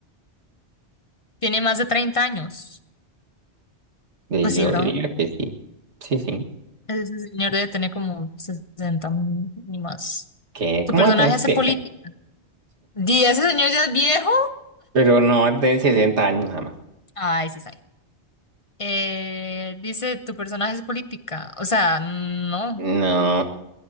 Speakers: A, on the left; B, on the right.
A: ¿Tiene más de 30 años?
B: Y
A: Pues
B: yo
A: sí, ¿verdad?
B: diría que sí, sí, sí.
A: Ese señor debe tener como 60 ni más.
B: ¿Qué?
A: ¿Tu
B: ¿Cómo
A: personaje
B: va a tener 60?
A: hace política? ¿Y ese señor ya es viejo?
B: Pero no va a tener 60 años jamás.
A: Ay, sí, sabe. Eh, dice, ¿tu personaje es política? O sea, no,
B: No,